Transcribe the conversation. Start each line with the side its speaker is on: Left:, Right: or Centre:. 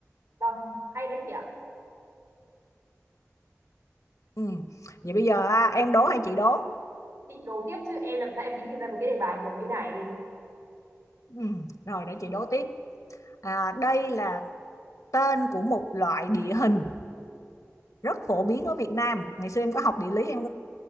Right: vâng hay đấy chị ạ
Left: Ừ. Vậy bây giờ à, em đố hay chị đố?
Right: chị đố tiếp chứ em làm sao em nghĩ được ra một cái đề bài kiểu như này
Left: Ừ. Rồi để chị đố tiếp. À, đây là tên của một loại địa hình rất phổ biến ở Việt Nam. Ngày xưa em có học địa lý em